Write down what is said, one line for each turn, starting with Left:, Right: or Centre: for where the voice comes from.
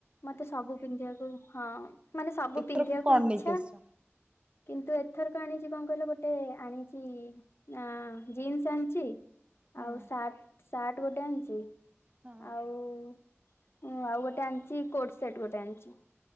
Left: ମତେ ସବୁ ପିନ୍ଧିବାକୁ ହଁ ମାନେ ସବୁ
Right: ଏଥରକ
Left: ପିନ୍ଧିବାକୁ
Right: କଣ
Left: ଇଚ୍ଛା।
Right: ନେଇକି ଆସିଛ?
Left: କିନ୍ତୁ ଏଥରକ ଆଣିଛି କଣ କହିଲ ଗୋଟେ ଆଣିଛି ନା ଜିନ୍ସ ଆଣିଛି।
Right: ହଁ
Left: ଆଉ ସାର୍ଟ ସାର୍ଟ ଗୋଟେ ଆଣିଛି
Right: ହଁ।
Left: ଆଉ ହଁ ଆଉ ଗୋଟେ ଆଣିଛି କୋଟ ସେଟ ଗୋଟେ ଆଣିଛି।